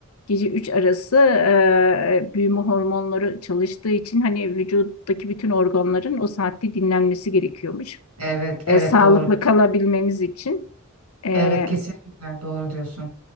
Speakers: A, on the left; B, on the right.
A: gece 3 arası e, büyüme hormonları çalıştığı için hani vücuttaki bütün organların o saatte dinlenmesi gerekiyormuş.
B: Evet, evet
A: E, sağlıklı
B: doğru.
A: kalabilmemiz için. E,
B: Evet kesinlikle doğru diyorsun.